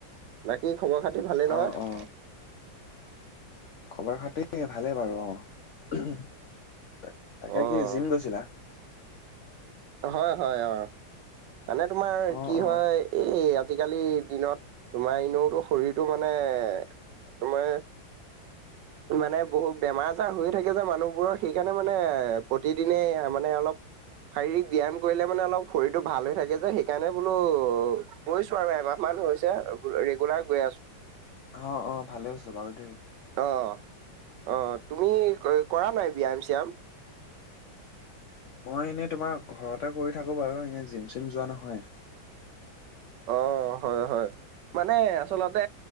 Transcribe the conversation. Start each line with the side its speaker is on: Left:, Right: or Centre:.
Right: বাকী খবৰ খাতি ভালেই নহয়?
Left: অ অ খবৰ খাতি ভালে বাৰু অ। তাকে
Right: অ
Left: কি জিম গৈছিলা?
Right: হয় হয় অ। মানে তোমাৰ
Left: অ
Right: কি
Left: অ
Right: হয়, এই আজিকালিৰ দিনত, তোমাৰ এনেওতো শৰীৰটো মানে- তোমাৰ মানে বহুত বেমাৰ আজাৰ হৈয়ে থাকে যে মানুহবোৰৰ। সেইকাৰণে মানে প্ৰতিদিনে মানে অলপ, শাৰীৰিক ব্যায়াম কৰিলে মানে অলপ শৰীৰটো ভাল হৈ থাকে যে, সেইকাৰণে বোলো গৈছো আৰু এমাহ মান হৈছে। ৰেগুলাৰ গৈ আছো।
Left: অ অ ভালে হৈছে বাৰু দেই।
Right: অ অ। তুমি কৰা নাই ব্যায়াম চ্যায়াম?
Left: মই এনে তোমাৰ ঘৰতে কৰি থাকো বাৰু, এনে জিম চিম যোৱা নহয়।
Right: অ হয় হয়। মানে আচলতে